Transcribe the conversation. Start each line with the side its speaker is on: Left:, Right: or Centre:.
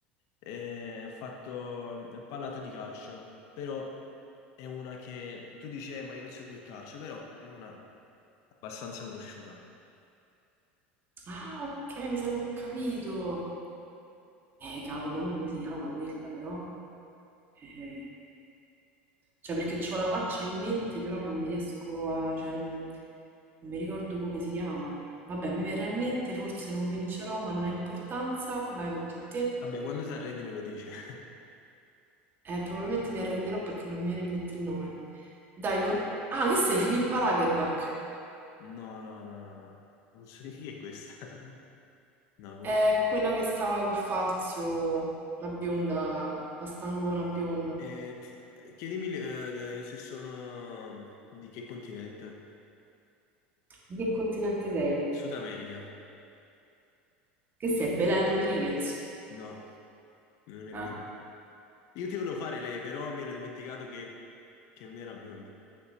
Left: Eh, ha fatto, ha parlato di calcio, però è una che tu dici, "Eh, ma io non seguo il calcio, però è una abbastanza conosciuta.
Right: Ah, ok, mi sa che ho capito. Eh, cavolo, mo come si chiama quella, però? Eh, cioè, perché ho la faccia in mente, però non mi riesco a... Cioè, non mi, non mi ricordo come si chiama. Vabbè, mi verrà in mente, forse non vincerò, ma non ha importanza. Vai, tocca a te.
Left: Vabbè, quando ti arrendi me lo dici. <laughs>
Right: Eh, probabilmente mi arrenderò perché non mi viene in mente il nome. Dai, con... Ah, che sei? Filippa Lagerbach.
Left: No, no, no, no, no. non so chi è questa. <laughs> No, comunque.
Right: È quella che stava con Fazio, la bionda, la stangona bionda.
Left: Eh, ti- chiedimi eh, se sono di che continente?
Right: Di che continente sei?
Left: Sud America?
Right: Che sei? Belen Rodriguez.
Left: No, non è
Right: Ah,
Left: bionda. Io ti volevo fare lei, però mi ero dimenticato che, che non era bionda.